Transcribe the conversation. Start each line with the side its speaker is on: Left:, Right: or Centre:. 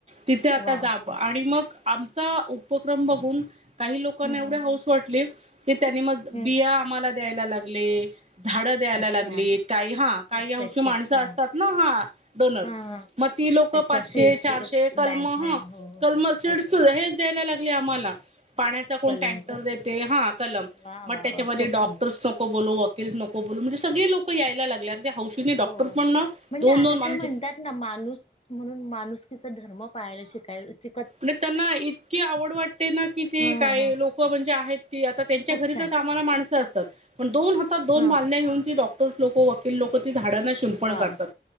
Right: तिथे आता
Left: वाव
Right: जावं आणि मग आमचा उपक्रम बघून काही लोकांना
Left: हम्म हम्म.
Right: एवढ्या हौस वाटली की त्यांनी मग
Left: हम्म.
Right: बिया आम्हाला द्यायला लागले. झाडं द्यायला
Left: अच्छा
Right: लागली काही हा काही
Left: अच्छा
Right: हौशी
Left: अच्छा
Right: माणसं
Left: अच्छा
Right: अस तात ना हं डोनर
Left: हा हा.
Right: म ती लोक
Left: अच्छा
Right: पाचशे
Left: सीड्स
Right: चारशे
Left: बँक
Right: कल म
Left: म्हणून
Right: हं
Left: हो हो
Right: चुडचुळ
Left: हो अच्छा
Right: हेच द्यायला लागले आम्हाला पाण्याचा कोण
Left: कलम
Right: टँकर
Left: का?
Right: देते हा कलम
Left: वा
Right: मग
Left: वा
Right: त्याच्यामध्ये
Left: वा खूप
Right: डॉक्टर्स
Left: सुंदर
Right: नको बोलू नको बोलू म्हणजे सगळे लोक यायला लागले अगदी हौशीनी डॉक्टर
Left: हो.
Right: पण ना
Left: म्हणजे
Right: दोन
Left: आता
Right: दोन आमचे
Left: ते म्हणतात ना माणूस म्हणून माणुसकीचा धर्म पाहायला शिकायला श
Right: मं त्यांना इतकी आवड वाटते ना की ते
Left: हा
Right: काय
Left: हा हा.
Right: लोक म्हणजे आहेती आता त्यांच्या
Left: खूप
Right: घरीच
Left: छान
Right: कामाला माणसं असतात पण दोन हातात दोन
Left: हा
Right: बादल्या घेऊन की डॉक्टर्स लोक वकील लोक ती झाडांना पण
Left: वाव
Right: करतात